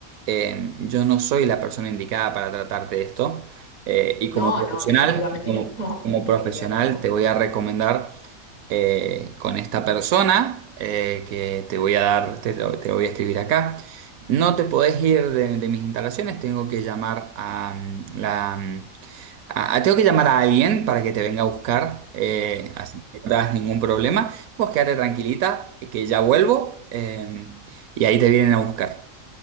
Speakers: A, on the right; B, on the left.
A: eh, yo no soy la persona indicada para tratarte de esto, eh, y como
B: no,
A: profesional,
B: no, definitivamente
A: como,
B: no,
A: como
B: <laughs> definitivamente
A: profesional
B: no.
A: te voy a recomendar eh, con esta persona eh, que te voy a dar, te lo, te lo voy a escribir acá. No te podés ir de, de mis instalaciones, tengo que llamar a mm, la... mm, a- a- tengo que llamar a alguien para que te venga a buscar, eh, así que no te hagas ningún problema. Vos quédate tranquilita, que ya vuelvo, eh, y ahí te vienen a buscar.